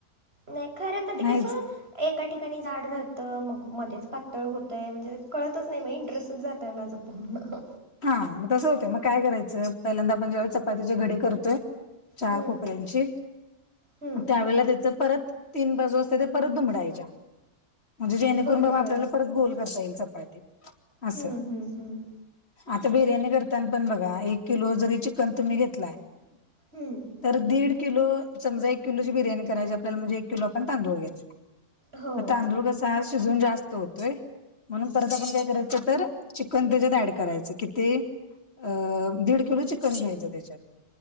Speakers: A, on the right; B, on the left.
A: नाही खरं पण ते
B: नाहीच.
A: कसं एका ठिकाणी जाड राहतं मग मध्येच पातळ होतं आहे म्हणजे कळतच नाही मग इंटरेस्टच जात आहे माझं बोला..
B: हा मग तसं होतं मग काय करायचं पहिल्यांदा आपण जे चपात्याचे घडी करतोय चार
A: हम्म
B: कोपऱ्यांची
A: हम्म
B: त्यावेेळेला त्याच परत तीन बाजू असते ते परत दुमडायच्या म्हणजे जेणेकरून
A: बर
B: बाबा
A: बर
B: आपल्याला परत गोल करता येईल चपाटी असं
A: हम्म हम्म हम्म..
B: आता बिर्याणी करताना पण बघा एक किलो जरी चिकन तुम्ही घेतलाय
A: हम्म
B: तर दीड किलो समजा एक किलो ची बिर्याणी करायची आपल्याला म्हणजे एक किलो आपण तांदूळ घ्यायय
A: हो
B: म तांदूळ कसं भात शिजून जास्त होतोय म्हणून परत आपण काय करायच चिकन त्याच्यात ॲड करायच कि अ दीड किलो चिकन घ्यायचं त्याच्यात